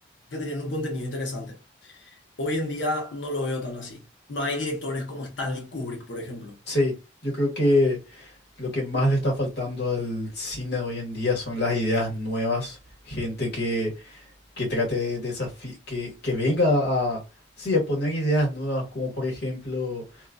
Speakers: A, on the left (about 80°); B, on the left (about 60°).
A: que tenían un contenido interesante. Hoy en día no lo veo tan así. No hay directores como Stanley Kubrick, por ejemplo.
B: sí. Yo creo que lo que más le está faltando al cine de hoy en día son las ideas nuevas, gente que que trate de desafi- que, que venga a, sí, a poner ideas nuevas, como por ejemplo